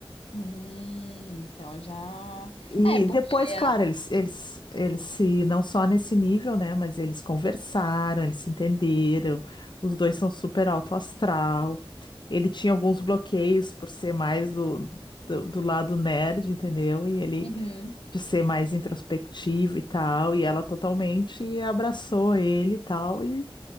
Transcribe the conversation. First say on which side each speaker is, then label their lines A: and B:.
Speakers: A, on the left; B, on the left.
A: Hum, então já.
B: E
A: É, porque
B: depois, claro,
A: a.
B: eles, eles, eles se, não só nesse nível, né? Mas eles conversaram, eles se entenderam. Os dois são super alto astral. Ele tinha alguns bloqueios por ser mais do, do, do lado nerd, entendeu? E ele
A: Uhum,
B: de ser mais introspectivo e tal. E ela totalmente abraçou ele e tal. E,